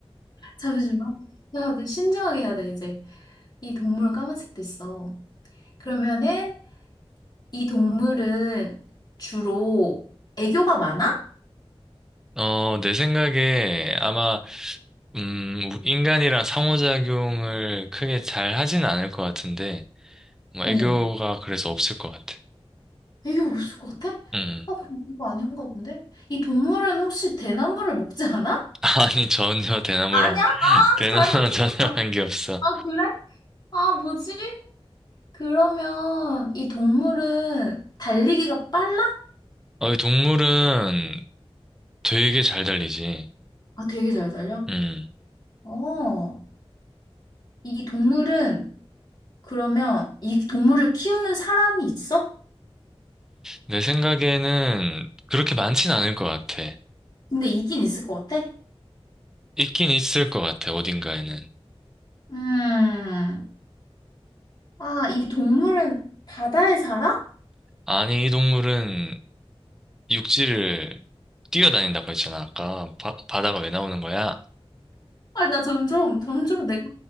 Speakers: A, on the left; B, in the centre.
A: 잠시만. 야, 너 신중하게 해야 돼, 이제. 이 동물은 까만색도 있어. 그러면은, 이 동물은 주로 애교가 많아?
B: 어, 내 생각에 아마, 음, 인간이랑 상호작용을 크게 잘 하진 않을 것 같은데, 뭐,
A: 어.
B: 애교가 그래서 없을 것 같아.
A: 애교 없을 것 같아?
B: 음.
A: 아, 그럼 이거 아닌가 본데? 이 동물은 혹시 대나무를 먹지 않아?
B: <laughs> 아니, 전혀 대나무랑
A: 아니야? 아,
B: 대나나전단한
A: 잘못 짚었다.
B: <laughs> 게 없어.
A: 아, 그래? 아, 뭐지? 그러면 이 동물은 달리기가 빨라?
B: 어, 이 동물은 되게 잘 달리지.
A: 아, 되게 잘 달려?
B: 음.
A: 어. 이 동물은 그러면 이 동물을 키우는 사람이 있어?
B: 내 생각에는 그렇게 많진 않을 것 같아.
A: 근데 있긴 있을 것 같아?
B: 있긴 있을 것 같아, 어딘가에는.
A: 음, 아, 이 동물은 바다에 살아?
B: 아니, 이 동물은 육지를 뛰어다닌다고 했잖아, 아까. 바, 바다가 왜 나오는 거야?
A: 아, 나 점점, 점점 내가